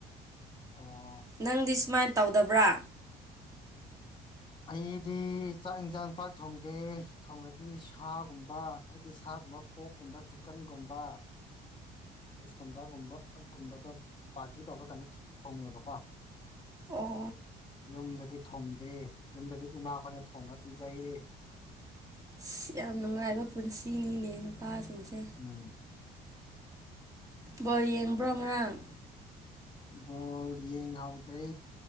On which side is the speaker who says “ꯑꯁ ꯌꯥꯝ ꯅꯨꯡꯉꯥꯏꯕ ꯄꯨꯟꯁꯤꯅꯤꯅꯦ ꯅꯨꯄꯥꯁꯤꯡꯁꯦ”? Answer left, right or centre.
Right